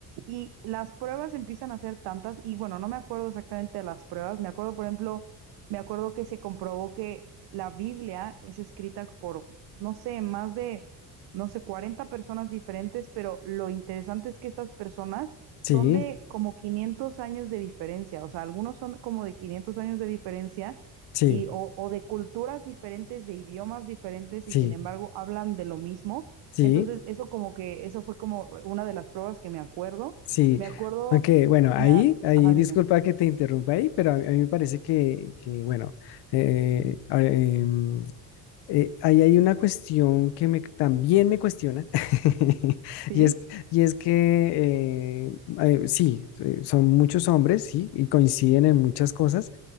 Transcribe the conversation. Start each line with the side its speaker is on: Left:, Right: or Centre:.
Right: y las pruebas empiezan a ser tantas y bueno, no me acuerdo exactamente de las pruebas, me acuerdo por ejemplo me acuerdo que se comprobó que la Biblia es escrita por, no sé, más de, no sé, 40 personas diferentes, pero lo interesante es que estas personas
Left: sí,
Right: son de como 500 años de diferencia, o sea, algunos son como de 500 años de diferencia
Left: sí,
Right: y, o, o de culturas diferentes, de idiomas diferentes
Left: sí,
Right: y sin embargo hablan de lo mismo.
Left: sí.
Right: Entonces, eso como que, eso fue como una de las pruebas que me acuerdo.
Left: Sí,
Right: Me acuerdo,
Left: aunque bueno, ahí,
Right: me, a-
Left: ahí,
Right: ajá,
Left: disculpa
Right: dime.
Left: que te interrumpa ahí, pero a, a mí me parece que, que, bueno, eh, a- em, eh, ahí hay una cuestión que me, también me cuestiona, <laughs>
Right: Sí.
Left: y es, y es que eh, eh, sí, eh, son muchos hombres, sí, y coinciden en muchas cosas,